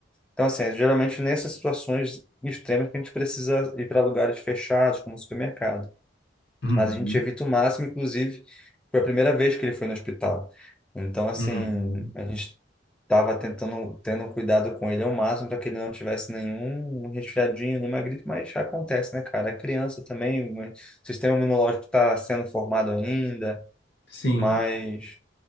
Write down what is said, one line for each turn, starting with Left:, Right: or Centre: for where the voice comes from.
Centre: Então, assim, é geralmente nessas situações extremas que a gente precisa ir para lugares fechados, como o supermercado.
Left: Uhum,
Centre: Mas a gente evita o máximo, inclusive, foi a primeira vez que ele foi no hospital. Então, assim,
Left: uhum.
Centre: a gente estava tentando, tendo cuidado com ele ao máximo para que ele não tivesse nenhum resfriadinho, nenhuma gripe, mas já acontece, né, cara? A criança também, o sistema imunológico está sendo formado ainda,
Left: Sim.
Centre: mas